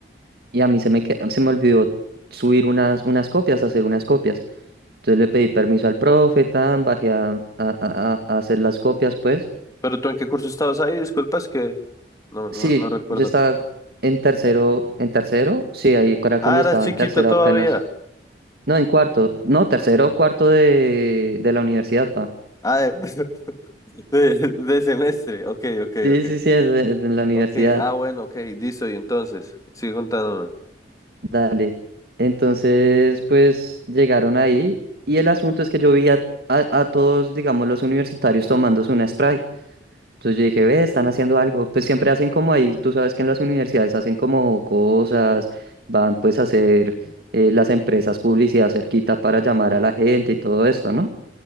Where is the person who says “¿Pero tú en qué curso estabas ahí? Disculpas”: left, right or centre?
Left